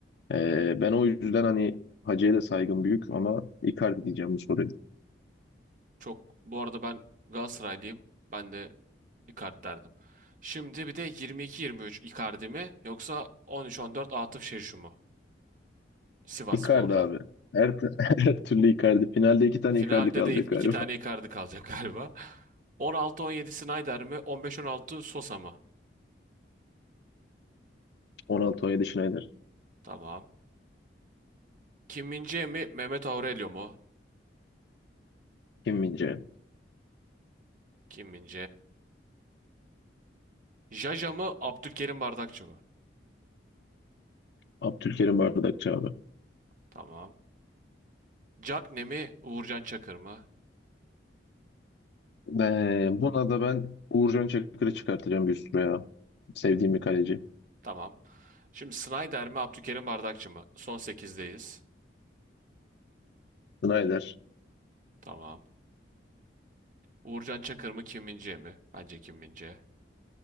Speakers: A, on the left; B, on the right.
A: Ee, ben o yüzden hani Hacı'ya da saygım büyük ama Icardi diyeceğim bu soruya.
B: Çok bu arada ben Galatasaraylıyım. Ben de Icardi derdim. Şimdi bir de 22-23 Icardi mi yoksa 13-14 Atıf Şeşu mu? Sivasspor'dan.
A: Icardi abi. Her, t- <laughs> her türlü Icardi. Finalde iki tane
B: Finalde
A: Icardi kalacak
B: de iki
A: galiba.
B: tane Icardi kalacak galiba. <laughs> 16-17 Snyder mi? 15-16 Sosa mı?
A: Ronaldo, On 17 Schneider.
B: Tamam. Kim min mi? Mehmet Aurelio mu?
A: Kim Min-jae.
B: Kim min Jaja mı? Abdülkerim Bardakçı mı?
A: Abdülkerim Bardakçı abi.
B: Tamam. Cagne mi? Uğurcan Çakır mı?
A: Ee, buna da ben Uğurcan Çakır'ı çıkartacağım bir üstüne ya. Sevdiğim bir kaleci.
B: Tamam. Şimdi Snyder mi? Abdülkerim Bardakçı mı? Son sekizdeyiz.
A: Schneider.
B: Tamam. Uğurcan Çakır mı Kim Min-jae mi? Bence Kim Min-jae.